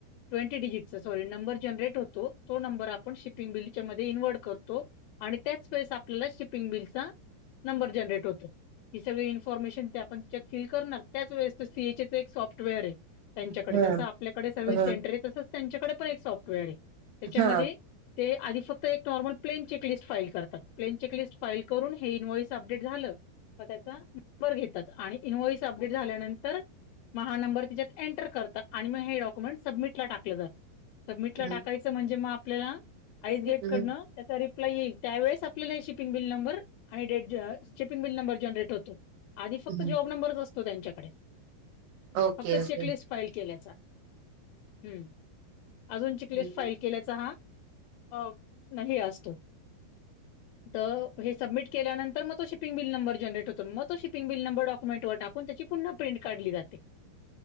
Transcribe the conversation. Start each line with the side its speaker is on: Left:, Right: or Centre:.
Left: ट्वेंट डजिटचा सॉरी नंबर जनरे होतो तो नंर आपण श िपिंग बिलच्या म इन्वर्ट करतो आणि त्याच पै आपल्याला शिपिंग बिलचा नंबर जनरेट होतो ही सगळी इन्फॉर्मेशन आपण फि कर त्याच वेळेस सीएचच एक सॉफ्टवेअर आहे त्यांच्याकडे
Right: ह
Left: जसं आपल्याकडे सर्वि्हस
Right: ह
Left: सेंटर आहे तसच त्यांच्याकडे पण एक सॉफ्टवेअर आहे त्याच्यामध्ये
Right: हा
Left: ते आधी फक्त एक नॉर्मल प्लेन चेकलिस्ट फाईल करतात प्लेन चेकलिस्ट फाईल करून हे इन्वाईज अपडेट झालं त्याचा नंबर घेतात आणि इनव्हॉइस अपडेट झाल्यानंतर मग हा नंबर तिच्यात एंटर करतात आणि मग हे डक्युमेंट सबमिट मिला टाकलं जात तर मिटला
Right: हम्म
Left: टाकायचं म्हणजे मग आपल्याला आईसगेट
Right: हम्म
Left: कडनं त्याचा रिप्लाय येईल त्यावेळेस आपल्याला शिपिंग बिल नंबर आणि date shipping bill number generate होतो आधी फक्त
Right: हम्म.
Left: जॉब नंबरच असतो त्यांच्याकडे
Right: ओके
Left: फक्त
Right: ओके
Left: चेकलिस्ट फाईल केल्याचा हम्म अजून चिक्लिस्
Right: हम्म.
Left: फाईल केल्याचा हा अ नाही असतो तर हे सबमिट केल्यांतर म तो शिपिंगनंबर जनरेट होत मग तो शिपिंग नंबर डॉक्युमेंट वर टाकून त्याची पुन्हा प्रिंट काढली जाते